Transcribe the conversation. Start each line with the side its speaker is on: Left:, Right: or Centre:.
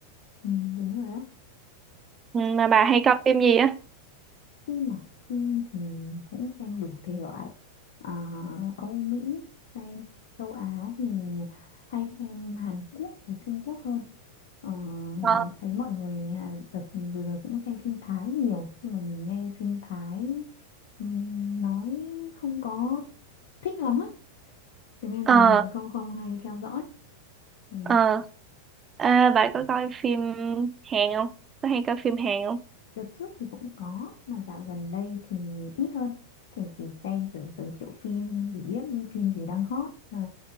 Left: Ừ, đúng rồi đó
Right: Ừ, Mà bà hay coi phim gì á?
Left: phim mà phim thì mình cũng xem đủ thể loại à, Âu Mỹ xem châu Á thì hay xem Hàn Quốc với Trung Quốc hơn Ờ,
Right: Ờ,
Left: thấy mọi người à, đợt vừa rồi cũng xem phim Thái nhiều nhưng mà mình nghe phim Thái ừm, nói không có thích lắm á thế nên
Right: ờ,
Left: mà không không hay theo dõi Ừ.
Right: ờ. À, bà có coi phim Hàn không? Có hay coi phim Hàn không?
Left: Đợt trước thì cũng có mà dạo gần đây thì ít hơn thì chỉ xem kiểu giới thiệu phim để biết phim gì đang hot à,